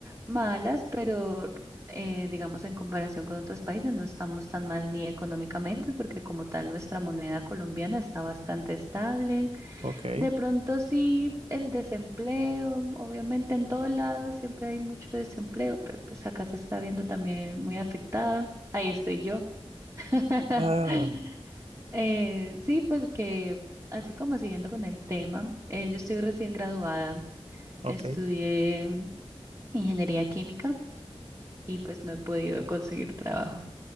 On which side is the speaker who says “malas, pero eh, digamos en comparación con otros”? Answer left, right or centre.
Right